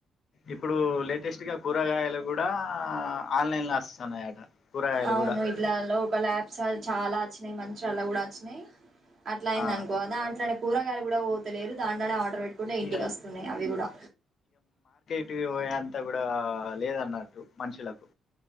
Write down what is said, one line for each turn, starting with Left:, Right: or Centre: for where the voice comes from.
Left: ఇప్పుడు లేటెస్ట్ గా కూరగాయలు కూడా ఆన్లైన్ లో వస్తాన్నాయట కూరగాయలు
Right: అవును
Left: కూడా
Right: ఇట్లా లోకల్ యాప్స్ ఆ చాలా వచ్చినాయి మంచి అలా కూడా వచ్చినాయి అట్లా అయింది
Left: ఆ
Right: అనుకో దాంట్లొనే కూరగాయలు కూడా పోతలేరు దాంట్లోనే ఆర్డర్ పెట్టుకుంటే ఇంటికి
Left: ఇగ
Right: వస్తున్నాయి అవి కూడా
Left: కిందకి పోయంతా కూడా అంతా లేదన్నట్టు మనుషులకు